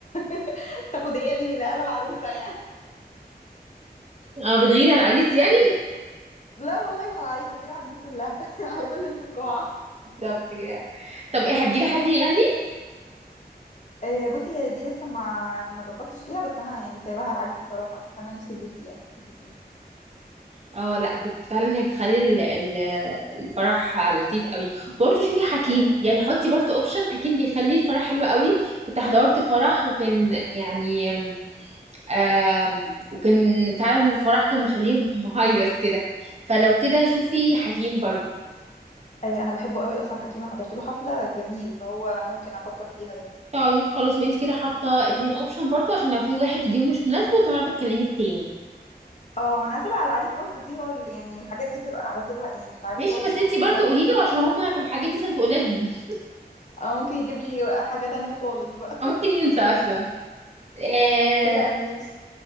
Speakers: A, on the left; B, on the right.
A: <laughs> تاخد هي الليله انا العروسه يعني
B: اه بتغيري على العريس يعني
A: لا والله مش على العريس بغير على الناس كلها <laughs> على كل اللي في القاعه
B: بالظبط كده طب ايه هتجيبي حد يغني
A: آه، بصي هي دي لسه ما ما ظبطتش فيها بس انا يعني سايباها على العريس بصراحه بس انا نفسي بوسي يعني بوسي فيه
B: اه لا بت... فعلا هي بتخلي ال... ال... الفرح لطيف قوي برضه شوفي حكيم
A: اه
B: يعني حطي برضه اوبشن حكيم بيخلي الفرح حلو قوي كنت حضرت فرح وكان يعني آم... وكان فعلا الفرح كان مخليه مهيص كده فلو كده شوفي حكيم برضه
A: آه، انا بحبه قوي اصلا حكيمه حضرت له حفله جميل فهو ممكن افكر فيها ده
B: طيب خلاص ما انت كده حاطه اتنين اوبشن برضه عشان لو في واحد اليوم مش مناسبه تعرفي تكلمي التاني
A: اه وانا هسيبها على العريس برضو دي هو اللي يعني الحاجات دي بتبقى بسيبها يعني العريس
B: ماشي
A: هو اللي
B: بس انت برضه
A: يتصرف
B: قولي
A: فيها
B: له عشان هما في الحاجات دي لازم تقولي لهم <laughs>
A: اه ممكن يجيب لي حاجه تانية خالص بقى
B: او ممكن ينسى اصلا آه،
A: <laughs> لا ماشي